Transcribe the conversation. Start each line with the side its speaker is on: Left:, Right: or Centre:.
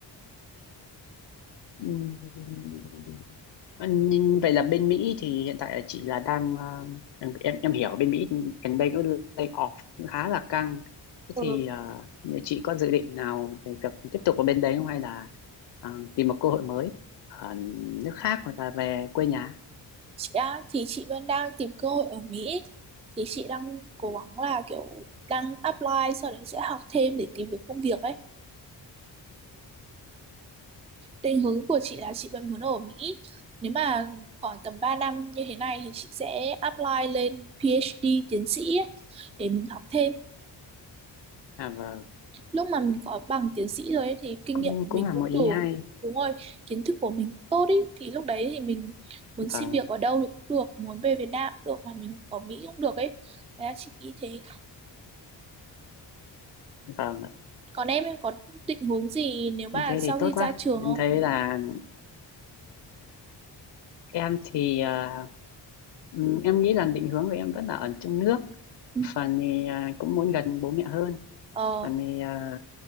Left: Ừm, nhưng vậy là bên Mỹ thì hiện tại là chị là đang ờ, em em hiểu bên Mỹ gần đây có lay off khá là căng thế
Right: Ừ.
Left: thì ờ, nếu chị có dự định nào về việc tiếp tục ở bên đấy không hay là ờ, tìm một cơ hội mới ở nước khác hoặc là về quê nhà
Right: Chị à, thì chị vẫn đang tìm cơ hội ở Mỹ thì chị đang cố gắng là kiểu đang apply sau đấy sẽ học thêm để tìm được công việc ấy. Định hướng của chị là chị vẫn muốn ở Mỹ. Nếu mà khoảng tầm 3 năm như thế này thì chị sẽ apply lên PhD tiến sĩ ấy, để mình học thêm.
Left: à, vâng
Right: Lúc mà mình có bằng tiến sĩ rồi ấy, thì kinh
Left: cũng
Right: nghiệm của mình
Left: cũng là
Right: cũng
Left: một ý
Right: đủ.
Left: hay
Right: Đúng rồi, kiến thức của mình tốt ý thì lúc đấy thì mình muốn xin
Left: vâng
Right: việc ở đâu thì cũng được, muốn về Việt Nam cũng được mà mình ở Mỹ cũng được ấy. Đấy là chị nghĩ thế.
Left: vâng ạ.
Right: còn em em có định hướng gì nếu mà
Left: em thế
Right: sau
Left: thì tốt
Right: khi ra
Left: quá
Right: trường
Left: em
Right: không
Left: thấy là em thì ờ, Ừ, em nghĩ là định hướng của em vẫn là ở trong nước
Right: Ừ.
Left: phần thì à, cũng muốn gần bố mẹ hơn
Right: ờ
Left: phần thì à,